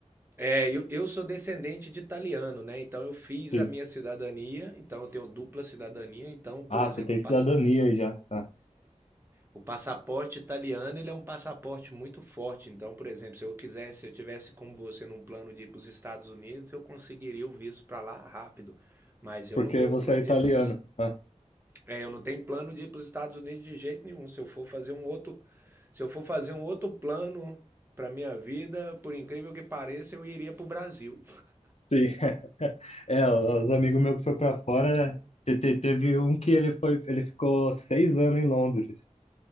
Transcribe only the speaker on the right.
É, eu, eu sou descendente de italiano, né? Então eu fiz
a minha cidadania, então eu tenho dupla cidadania. Então, por
exemplo,
pass-
o passaporte italiano, ele é um passaporte muito forte. Então, por exemplo, se eu quisesse, se eu tivesse como você num plano de ir para os Estados Unidos, eu conseguiria o visto para lá rápido. Mas eu
não tenho
plano
de ir para os
É, eu não tenho plano de ir para os Estados Unidos de jeito nenhum. Se eu for fazer um outro, se eu for fazer um outro plano para minha vida, por incrível que pareça, eu iria para o Brasil.